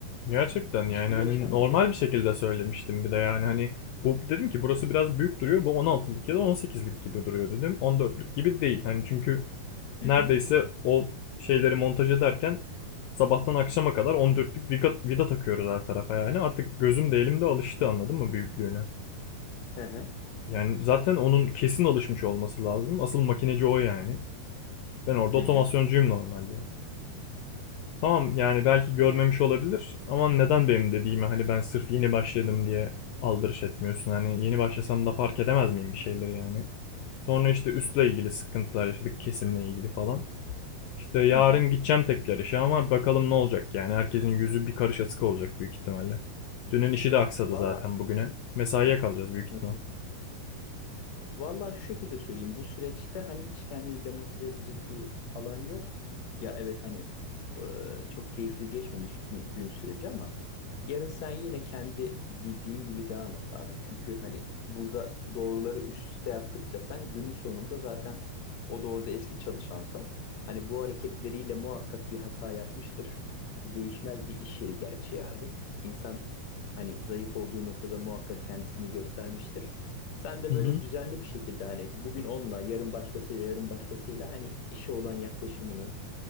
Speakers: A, on the left (about 75°); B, on the left (about 55°).
A: Gerçekten
B: Hiçbiri
A: yani hani
B: yaşanmayacak.
A: normal bir şekilde söylemiştim bir de yani hani bu dedim ki burası biraz büyük duruyor bu 16'lık ya da 18'lik gibi duruyor dedim 14'lük gibi değil hani çünkü
B: Hı
A: neredeyse
B: hı.
A: o şeyleri montaj ederken sabahtan akşama kadar 14'lük vida, vida takıyoruz her tarafa yani artık gözüm de elim de alıştı anladın mı büyüklüğüne
B: Hı hı.
A: yani zaten onun kesin alışmış olması lazım asıl makineci o yani ben orada
B: Hı
A: otomasyoncuyum
B: hı.
A: normalde. Tamam yani belki görmemiş olabilir ama neden benim dediğime hani ben sırf yeni başladım diye aldırış etmiyorsun. Hani yeni başlasam da fark edemez miyim bir şeyleri yani. Sonra işte üstle ilgili sıkıntılar yaşadık kesimle ilgili falan. İşte yarın
B: Hı hı.
A: gideceğim tek yarışa ama bakalım ne olacak yani. Herkesin yüzü bir karış asık olacak büyük ihtimalle. Dünün işi de aksadı
B: Valla.
A: zaten bugüne. Mesaiye kalacağız büyük ihtimal.
B: Hı hı. Valla şu şekilde söyleyeyim. Bu süreçte hani hiç kendini demotive edecek bir alan yok. Ya evet hani e, çok keyifli geçmemiş gün, gün süreci ama yarın sen yine kendi bildiğin gibi devam et abi. Çünkü hani burada doğruları üst üste yaptıkça sen günün sonunda zaten o da orada eski çalışansa hani bu hareketleriyle muhakkak bir hata yapmıştır. Bu değişmez bir iş yeri gerçeği abi. İnsan hani zayıf olduğu noktada muhakkak kendisini göstermiştir. Sen de
A: Hı hı.
B: böyle düzenli bir şekilde hani bugün onunla, yarın başkasıyla, yarın başkasıyla hani işe olan yaklaşımını,